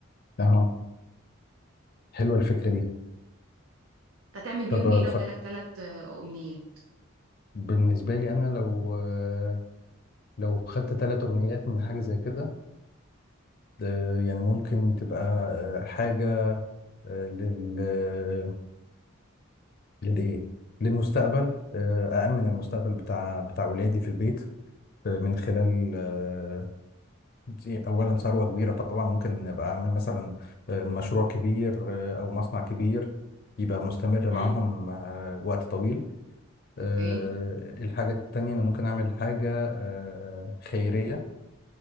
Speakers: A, on the left (about 50°); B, on the right (about 80°).
A: اهو حلوه الفكره دي
B: هتعمل بيهم
A: طب آه،
B: ايه لو
A: ف...
B: جالك ثلاث امنيات
A: بالنسبه لي انا لو آه، لو خدت ثلاث امنيات من حاجه زي كده آه، يعني ممكن تبقى آه، حاجة آه، لل آه، للايه للمستقبل آه، أأمن المستقبل بتاع بتاع ولادي في البيت آه، من خلال آه، دي أولا ثروة كبيرة طبعا ممكن أبقى أعمل مثلا آه، مشروع كبير آه، أو مصنع كبير يبقى مستمر
B: امم
A: معاهم آه، وقت طويل آه،
B: اوكي
A: الحاجة التانية أنا ممكن أعمل حاجة آه، خيرية